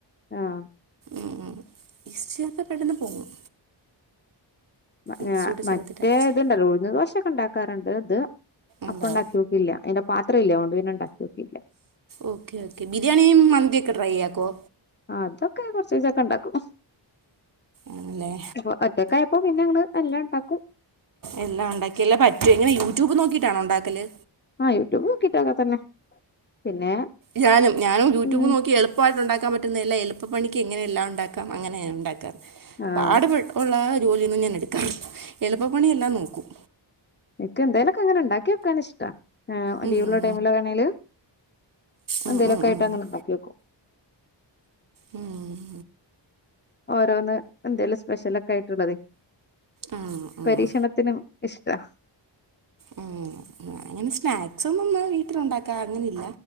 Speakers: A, on the left; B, on the right.
A: ആഹ്
B: ഉംഉം ഈസ്റ്റ്‌ ചേർത്ത പെട്ടെന്ന് പൊങ്ങും.
A: വ
B: ഈസ്റ്റ്
A: ഏഹ്
B: കൂടെ
A: മറ്റേ
B: ചേർത്തിട്ട് അരച്ചാൽ
A: ഇത്ണ്ടല്ലോ ഉഴുന്ന് ദോശൊക്കെ ഇണ്ടാക്കാറുണ്ട് ഇത്
B: എന്താ
A: അപ്പണ്ടാക്ക്യോ ഇല്ല അയ്ന്റെ പാത്രില്ല അതോണ്ട് പിന്നെ ഇണ്ടാക്കി നോക്കിയില്ല.
B: ഓക്കേ ഓക്കേ ബിരിയാണിയും മന്തിയൊക്കെ ട്രൈയ്യാക്കോ?
A: അതൊക്കെ കൊർച്ചീച്ചൊക്കെണ്ടാക്കും
B: ആണല്ലേ
A: പ്പോ ഒറ്റക്കായ ഇപ്പോ പിന്നങ്ങട് എല്ലാം ഇണ്ടാകും.
B: എല്ലാം ഒണ്ടാക്കിയാല്ലേ പറ്റു, എങ്ങനെ യൂട്യൂബ് നോക്കീട്ടാണോ ഒണ്ടാക്കല്?
A: ആഹ് യൂട്യൂബ് നോക്കിട്ടൊക്കെ തന്നെ. പിന്നെ,
B: ഞാനും ഞാനും യൂട്യൂബ്
A: ഉം
B: നോക്കി എളു എളുപ്പയിട്ട് ഉണ്ടാക്കാ പറ്റുന്നയെല്ലാ എളുപ്പപ്പണിക്ക് എങ്ങനെയെല്ലാണ്ടാക്കാം അങ്ങനെയാണ്ടാക്കാറ്
A: ആഹ്
B: പാടുപ്പെ ഉള്ളാ ജോലിയൊന്നും ഞാൻ എടുക്കാറില്ല എളുപ്പപ്പണിയെല്ലാം നോക്കും.
A: ഇക്ക് എന്തെലൊക്കിങ്ങനെ ഇണ്ടാക്കി വെക്കാൻ ഇഷ്ടാ ഏഹ്
B: ഉം
A: ലീവുള്ള
B: ഉം
A: ടൈമിലാണേല്
B: ഉം
A: എന്തേലൊക്കായിട്ടങ്ങനെണ്ടാക്കിയോക്കും.
B: ഉം ഉം ഉം ഉം.
A: ഓരോന്ന് എന്തേലും സ്പെഷ്യലക്കായിട്ട് ഒള്ളതെ
B: ആ ആ
A: പരീക്ഷണ ത്തിനു ഇഷ്ട്ടാ.
B: ഉം ഞാനങ്ങനെ സ്നാക്സൊന്നും ഒന്നും വീട്ടിലുണ്ടാക്കാ അങ്ങനില്ല.